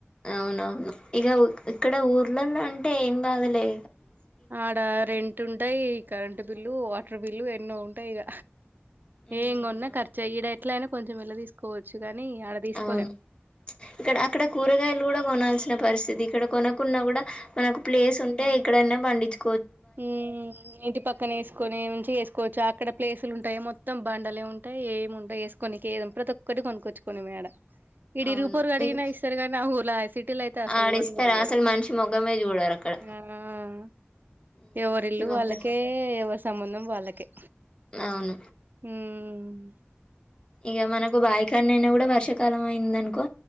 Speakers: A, on the left; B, on the right.
A: అవునవును ఇగ ఇక్కడ ఊర్లల్లా అంటే ఏం గాదులే
B: ఆడ రెంట్ ఉంటాయ్ కరెంట్ బిల్లు వాటర్ బిల్లు ఎన్నో ఉంటాయి ఇగ
A: ఉమ్
B: ఏం కొన్నా
A: అవును
B: ఖర్చు ఈడ ఎట్ల అయినా కొంచెం ఎళ తీసుకోవచ్చు కాని ఆడ తీసుకోలేం
A: అవును ప్చ్ ఇక్కడ అక్కడ కూరగాయలు గుడా గొనల్సి ఇట్లా పరిస్థితి ఇక్కడ కొనకున్నా గూడా మనకు ప్లేస్ ఉంటే ఎక్కడైనా పండించు
B: ఉమ్ ఇంటి పక్కన వేసుకొనివినుంచి వేసుకోవచ్చు అక్కడ ప్లేసులు ఉంటాయి ఏమో మొత్తం బండలే ఉంటాయి ఏం వంట వేసుకో నికి ఏదో ప్రతి ఒక్కటి కొనుక్కొచ్చుకోని మె డ ఇడా
A: అవును
B: ఇరుగుపోరుగ అడిగిన
A: ఇం
B: ఇస్తారు గానీ ఆ ఊర్ <unintelligible> సిటీలో అయితే అసలు
A: ఆడ
B: ఇవ్వని
A: ఇస్తారా
B: గూడా ఇవ్వరు
A: అసలు మనిషి మొఖమే చూడరు అక్కడ
B: ఉమ్
A: ఉమ్,
B: ఎవరి
A: మనిషి
B: ఇల్లు
A: మొఖం
B: వాళ్ళకే ఎవరి సంబంధం వాళ్ళకే
A: అవును
B: ఉమ్
A: ఇగా మనకు బాయి కాన్న అయినా కూడా వర్షాకాలం అయిందనుకో